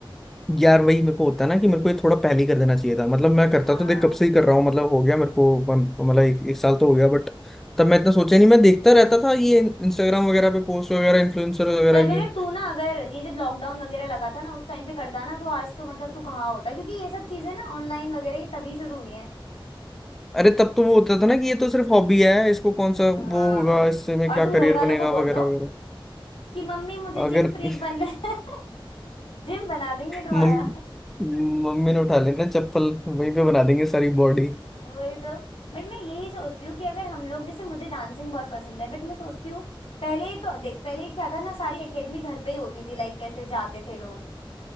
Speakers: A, in the centre; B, on the left.
A: यार वही मेरे को होता है ना कि मेरे को ये थोड़ा पहले ही कर देना चाहिए था मतलब मैं करता
B: हाँ
A: तो देख कब से ही कर रहा हूँ मतलब हो गया मेरे को वन- मतलब एक, एक साल तो हो गया बट तब मैं इतना सोचा नहीं मैं देखता रहता था ये इंस्टाग्राम वगैरह पे पोस्ट वगैरह इन्फ्लुएंसर वगैरह
B: पर बता
A: की
B: तू ना अगर ये जब लॉकडाउन वगैरह लगा था ना उस टाइम पे करता ना तो आज तो मतलब तू कहाँ होता क्योंकि ये सब चीजें ना ऑनलाइन वगैरह ये तभी शुरू हुई है
A: अरे तब तो वो होता था ना कि ये तो सिर्फ हॉबी है इसको कौन सा
B: हाँ
A: वो होगा इससे में
B: और
A: क्या
B: तुम
A: करियर
B: घर वालों
A: बनेगा
B: को बोल
A: वगैरह
B: दो
A: वगैरह
B: कि मम्मी मुझे
A: अगर
B: जिम फ्रीक
A: <laughs>
B: बनना है <laughs> जिम बना देंगे तुम्हारा
A: मम्मी मम्मी ने उठा लेना चप्पल वहीं पे बना देंगे सारी बॉडी
B: वही तो बट मैं यही सोचती हूँ कि अगर हम लोग जैसे मुझे डांसिंग बहुत पसंद है बट मैं सोचती हूँ पहले ही तो देख पहले क्या था ना सारी एकेडमी घर पे ही होती थी लाइक कैसे जाते थे लोग